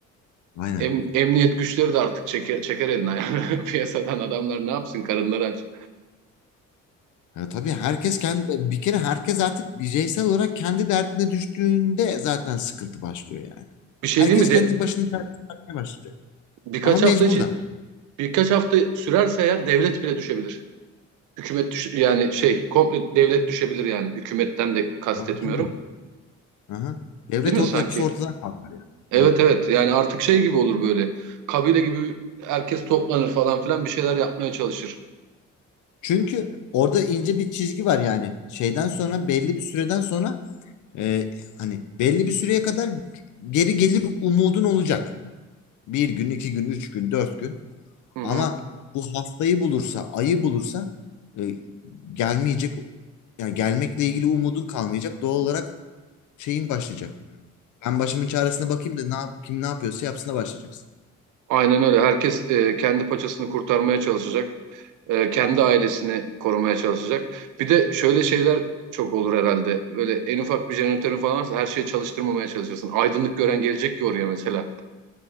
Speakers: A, on the left; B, on the right.
A: Aynen.
B: Em- emniyet güçleri de artık çeker, çeker eline yani. <laughs> Piyasadan adamlar ne yapsın karınları aç.
A: Ya tabii herkes kendi bir kere herkes artık bireysel olarak kendi derdine düştüğünde zaten sıkıntı başlıyor yani.
B: Bir şey
A: Herkes
B: değil mi?
A: kendi
B: De,
A: başına derdine bakmaya başlayacak.
B: birkaç
A: Ama mecburdan.
B: hafta için birkaç hafta sürerse eğer devlet bile düşebilir. Hükümet düş yani şey komple devlet düşebilir yani hükümetten de kastetmiyorum.
A: Tabii tabii. Aha. Devlet
B: Değil mi
A: o-
B: sanki?
A: yapısı ortadan kalkar yani.
B: Evet
A: Evet.
B: evet yani artık şey gibi olur böyle. Kabile gibi herkes toplanır falan filan bir şeyler yapmaya çalışır.
A: Çünkü orada ince bir çizgi var yani. Şeyden sonra belli bir süreden sonra e, hani belli bir süreye kadar geri gelir umudun olacak. Bir gün, iki gün, üç gün, dört gün.
B: Hı hı.
A: Ama bu haftayı bulursa, ayı bulursa e, gelmeyecek, yani gelmekle ilgili umudun kalmayacak. Doğal olarak şeyin başlayacak. Ben başımın çaresine bakayım da ne yap, kim ne yapıyorsa yapsına başlayacaksın.
B: Aynen öyle. Herkes e, kendi paçasını kurtarmaya çalışacak. E, kendi ailesini korumaya çalışacak. Bir de şöyle şeyler çok olur herhalde. Böyle en ufak bir jeneratörün falan varsa her şeyi çalıştırmamaya çalışırsın. Aydınlık gören gelecek ki oraya mesela.